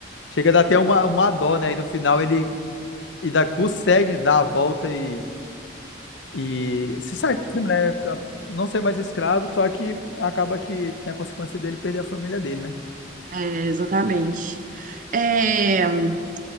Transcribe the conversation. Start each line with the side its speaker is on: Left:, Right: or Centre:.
Left: chega a dar até uma, uma dó, né? E no final ele e da, consegue dar a volta e, e se sai, por cima, né? fica- Não ser mais escravo, só que acaba que tem a consequência dele perder a família dele, né?
Right: é exatamente. É... é,